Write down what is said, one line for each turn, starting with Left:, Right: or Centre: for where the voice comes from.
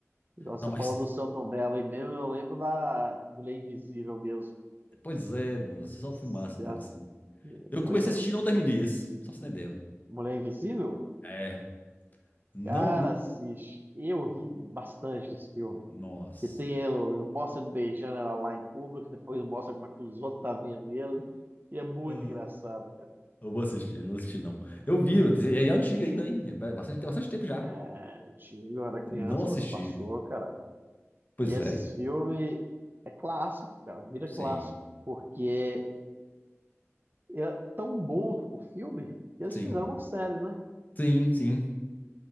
Right: Igual você
Left: Não, mas.
Right: falou do Selton Mello, aí mesmo eu lembro da Mulher Invisível mesmo.
Left: Pois é, moço. é Só
Right: Se
Left: filmaço dele,
Right: a-
Left: assim. Eu comecei
Right: Pois é.
Left: a assistir e não terminei esse. Só pra você entender.
Right: Mulher Invisível?
Left: É. Não,
Right: Cara,
Left: não.
Right: assiste. Eu ri bastante desse filme.
Left: Nossa.
Right: Que tem ele, mostra ele beijando ela lá em público, depois mostra como é que os outros tá vendo ele. E é muito
Left: Ah,
Right: engraçado, cara.
Left: Eu vou assistir, não vou assistir, não. Eu vi, eu disse, é antiga ainda, hein? É bastante, tem bastante tempo já.
Right: É, eu tinha- eu era criança
Left: Não assisti.
Right: quando passou, cara.
Left: Pois
Right: E esses
Left: é.
Right: filmes é clássico, cara, vira
Left: Sim.
Right: clássico. Porque é tão bom o filme que eles
Left: Sim.
Right: fizeram uma série, né?
Left: Sim, sim.